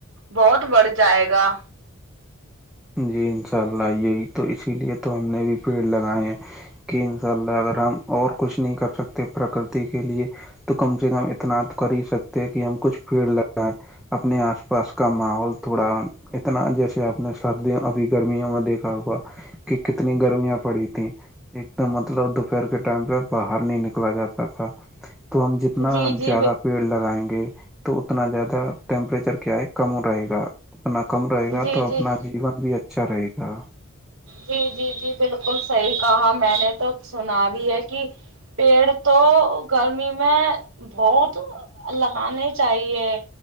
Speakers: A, on the right; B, in the centre.
A: بہت بڑھ جائے گا
B: جی انشاء اللہ یہی تو اسی لیے تو ہم نے بھی پیڑ لگائے ہیں کہ انشاء اللہ اگر ہم اور کچھ نہیں کر سکتے پرکرتی کے لیے تو کم سے کم اتنا کر ہی سکتے ہیں کہ ہم کچھ پیڑ لگائیں اپنے آس پاس کا ماحول تھوڑا اتنا جیسے آپ نے سردی ابھی گرمیاں میں دیکھا ہوا کہ کتنی گرمیاں پڑی تھیں ایک دم مطلب پ کے ٹائم پہ باہر نہیں نکلا جاتا تھا تو ہم جتنا
A: جی جی
B: زیادہ پیڑ لگائیں گے تو اتنا زیادہ ٹیمپریچر کیا ہے کم رہے گا اپنا کم رہے
A: جی
B: گا تو
A: جی
B: اپنا جیون بھی اچھا رہے گا
A: جی جی جی بالکل صحیح کہا میں نے تو سنا بھی ہے کہ پیڑ تو گرمی میں بہت لگانے چاہیے